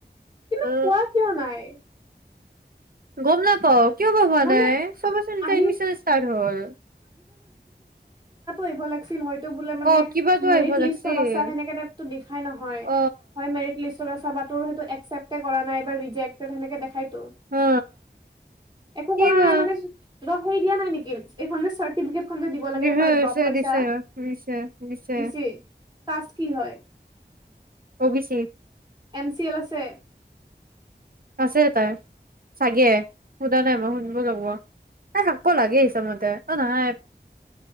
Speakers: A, on the right (about 25°); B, on the right (about 55°).
A: কিন্তু
B: অ
A: পোৱা কিয় নাই।
B: গম নাপও। কিয় বা হোৱা
A: মানে
B: নাই চবেচোন এতিয়া
A: আহি
B: এডমিচন ষ্টাৰ্ট হল।
A: আইভো লাগছিল হয় তোক বোলে মানে
B: অ কিবাতো
A: মেৰিদ
B: আহিব লাগছিল
A: লিষ্টত আছা, হেনেকুৱা টাইপ টো লিখাই নহয়,
B: অ
A: হয় মেৰিদ লিষ্ট সিটো সেইটো একচেপটে কৰা নাই বা ৰিজেক্টে সেনেকে দেখাই ত
B: হা
A: একোঁ
B: কিবা
A: কৰা নাই মানে বা সেই দিয়া নাই নেকি এইখন চাৰ্টিফিকেট যে দিব লাগে
B: দিছে
A: যে ড্ৰপ লৈছা
B: দিছে দিছে দিছে
A: দিছি কাষ্ট কি হয়
B: অবিচি
A: এন চি এল আছে
B: আছে তাই চাগে সোধা নাই মই শুনিব লাগিব ত শাকব লাগে হিচামতে অ নহাই